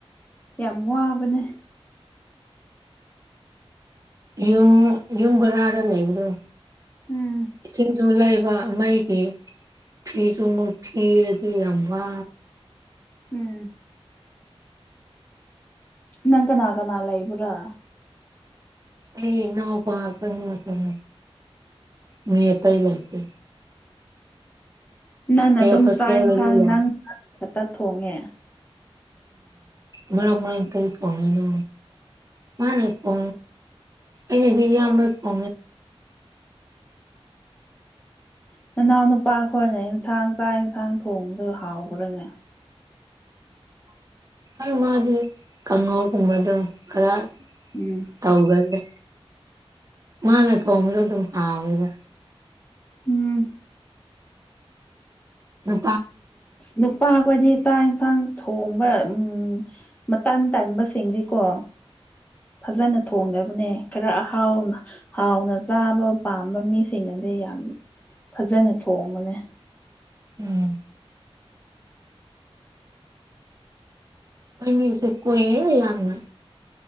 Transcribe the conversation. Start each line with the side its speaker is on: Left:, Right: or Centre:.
Left: ꯌꯥꯝ ꯋꯥꯕꯅꯦ
Right: ꯌꯨꯝ ꯌꯨꯝꯕꯔꯔ ꯂꯩ ꯏꯗꯣ
Left: ꯎꯝ
Right: ꯏꯁꯤꯡꯁꯨ ꯂꯩꯕ ꯃꯩꯒꯤ ꯐꯤꯁꯨꯅ ꯊꯤꯗꯤ ꯌꯥꯝ ꯋꯥ
Left: ꯎꯝ ꯅꯪ ꯀꯅꯥ ꯀꯅꯥ ꯂꯩꯏꯕ꯭ꯔꯥ
Right: ꯑꯩ ꯅ ꯄ ꯃꯇꯝ ꯃꯤ ꯌꯦꯇ ꯌꯥꯛꯇ
Left: ꯅꯪꯅ ꯑꯗꯨꯝ
Right: ꯍꯣꯁꯇꯦꯜꯗꯗꯤ
Left: ꯆꯥꯛ ꯌꯦꯟꯁꯥꯡ
Right: ꯂꯩ
Left: ꯅꯪ ꯈꯛꯇ ꯊꯣꯡꯉꯦ
Right: ꯃꯔ ꯃꯔꯥꯡ ꯇ ꯀꯉꯅ ꯃꯥꯅꯦ ꯐ ꯑꯩꯅ ꯀ ꯅ ꯐ
Left: ꯅꯅꯥꯎ ꯅꯨꯄꯥ ꯈꯣꯏꯅ ꯏꯟꯁꯥꯡ ꯆꯥꯛ ꯌꯦꯟꯁꯥꯡ ꯊꯣꯡꯕꯗ ꯍꯥꯎꯕ꯭ꯔꯥꯅꯦ
Right: ꯥꯎ ꯃꯥꯗꯤ ꯀꯥꯡꯍꯧꯒꯨꯝꯕꯗꯣ ꯈꯔ
Left: ꯎꯝ
Right: ꯇꯧꯒꯗꯦ ꯃꯥꯅ ꯊꯣꯡꯕꯁꯨ ꯑꯗꯨꯝ ꯍꯥꯎꯋꯦꯕ
Left: ꯎꯝ
Right: ꯑ
Left: ꯅꯨꯞꯄꯥ ꯍꯥꯀꯖꯤ ꯆꯥꯛ ꯏꯟꯁꯥꯡ ꯊꯣꯡꯕ ꯎꯝ ꯃꯇꯥꯟ ꯇꯕꯁꯤꯡꯗꯤꯀꯣ ꯐꯖꯅ ꯊꯣꯡꯒ ꯅꯦ ꯈꯔ ꯑꯍꯥꯎ ꯍꯥꯎꯅ ꯆꯥꯕ ꯄꯥꯝꯕ ꯃꯤꯁꯤꯡꯅꯗꯤ ꯌꯥꯝ ꯐꯖꯅ ꯊꯣꯡꯝꯕꯅꯦ
Right: ꯎꯝ ꯑꯩꯁꯦ ꯀ ꯌꯥꯅ